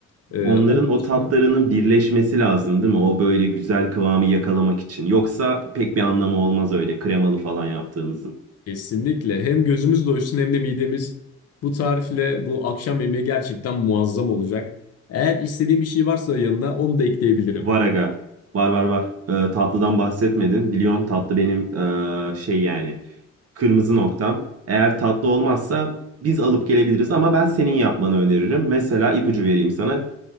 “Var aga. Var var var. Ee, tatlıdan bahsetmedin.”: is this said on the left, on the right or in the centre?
Right